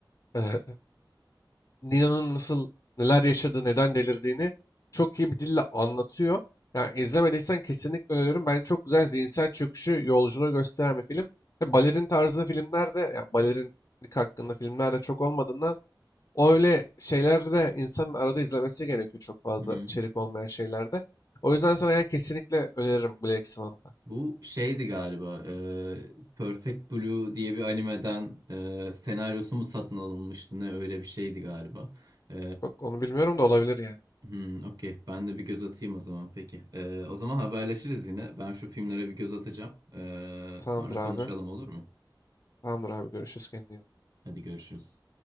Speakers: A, on the left; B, on the right.
A: Ee, Nina'nın nasıl neler yaşadığı, neden delirdiğini çok iyi bir dille anlatıyor. Yani izlemediysen kesinlikle öneririm. Ben çok güzel zihinsel çöküşü, yolculuğu gösteren bir film. Ve balerin tarzı filmlerde, yani balerinlik hakkında filmlerde çok olmadığından o öyle şeylerde insanın arada izlemesi gerekiyor çok fazla
B: hı hı.
A: içerik olmayan şeylerde. O yüzden sana yani kesinlikle öneririm Black Swan'ı da.
B: Bu şeydi galiba e, Perfect Blue diye bir animeden e, senaryosu mu satın alınmıştı ne öyle bir şeydi galiba. E,
A: Çok onu bilmiyorum da olabilir yani.
B: hmm, okey ben de bir göz atayım o zaman peki. E, o zaman haberleşiriz yine ben şu filmlere bir göz atacağım. E,
A: Tamamdır
B: sonra
A: abi.
B: konuşalım olur mu?
A: Tamamdır abi. Görüşürüz. Kendine iyi bak.
B: Hadi görüşürüz.